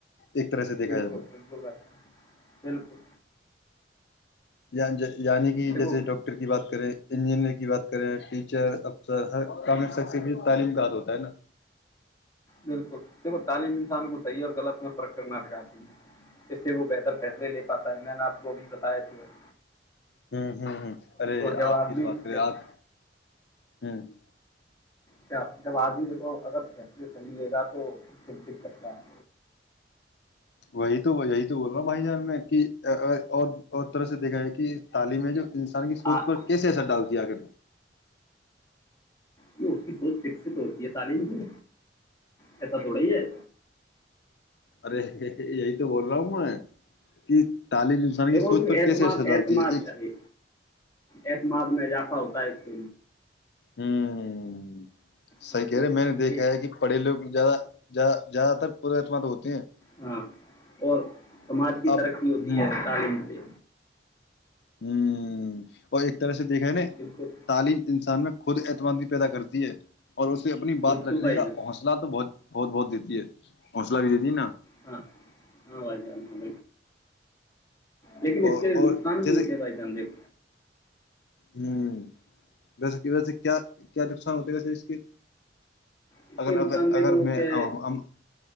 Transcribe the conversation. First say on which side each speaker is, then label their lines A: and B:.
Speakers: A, on the left (about 65°); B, on the left (about 20°).
A: ایک طرح سے دیکھا
B: بالکل
A: جائے تو
B: بالکل بائی بالکل
A: اں ج یعنی کہ
B: دیکھو
A: جیسے ڈاکٹر کی بات کریں انجینئر کی بات کریں ٹیچر افسر ہر کام شخص تعلیم کا ہات ہوتا ہے نا
B: بالکل دیکھو تعلیم انسان کو صحیح اور غلط میں فرق کرنا چاہاتتی ہے اس سے وہ بہتر فیسے پاتا ہے میں نے آپ کو اب ب آئے تھے <inaudible>
A: ہوں ہوں ہ ارے
B: جب
A: آپ
B: آدمی
A: کی د بات کرے
B: دیکھو
A: آپ ہاں <inaudible>
B: کیا جب آدمی دیکھو غب ہے اس صحیح لے گا تو <inaudible> ک دقت کا <inaudible>
A: وہی تو یہی بول رہا ہوں بھائی جانب میں کہ اور اور طرح سے دیکھا جائے کہ تعلیم ہے جو انسان کی سوچ
B: آ-
A: پر کیسے اثر ڈالتی ہے آخگر
B: تو اس کی <inaudible> سوچ فکس ہوتی ہے تعلیم سے ایسا تھوڑای ہے
A: ارے <inaudible> یہی تو بول رہا ہوں میں کہ <inaudible>
B: دیکھو
A: کی سوچ
B: اس کے
A: پر
B: اعتماد
A: کیسے اثر ڈالتی
B: اعتماد
A: ہے ایک
B: صی اعتماد میں اضافہ ہوتا ہے اس کے
A: ہاں <inaudible> صح
B: ہاں
A: کہہ
B: تو
A: رہے میں نے دیکھا
B: یہ
A: ہے کہ پڑے لو زیادہ زیادہ زیاد تر پرت م ہو کیا <inaudible>
B: ہاں اور سماج کی
A: اب
B: ترقی ہوتی
A: ہوں
B: ہے تعلیم سے
A: ہوں اور ایک طرح سے دیکھا نے
B: بالکل
A: تعلیم انسان میں خود اعتماد بھی پیدا کرتی ہے اور اسے اپنی
B: بالکل
A: بات رکھنے
B: بھائی
A: کا
B: جان
A: حوصلہ تو بہت بہت بہت دیتی ہے حوصلہ بھی دیتی نا
B: ہاں ہاں وہ ج م لیکن
A: اور
B: اس کے
A: اور
B: نقصان بھی
A: جیسے
B: ہوتے ہیں بھائی جان دیک
A: ہوں ویسے کہ وس کیا کیا نقصان ہوتا ہے ویسے اس کے
B: اس
A: اگر
B: کے نقصان
A: اگر
B: دیکھو
A: اگر میں
B: کہ
A: ہم